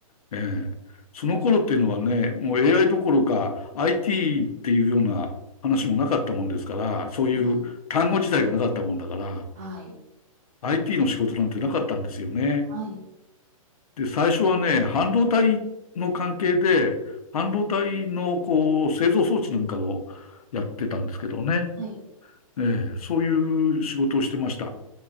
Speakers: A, on the left (about 85°); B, on the right (about 30°).
A: ええ。その頃っていうのはね、もう AI どころか IT っていうような話もなかったもんですから、そういう単語自体がなかったもんだから、
B: はい。はい。はい。
A: IT の仕事なんてなかったんですよね。
B: はい。
A: で、最初はね、半導体の関係で、半導体のこう製造装置なんかをやってたんですけどね。
B: はい。
A: ええ、そういう仕事をしてました。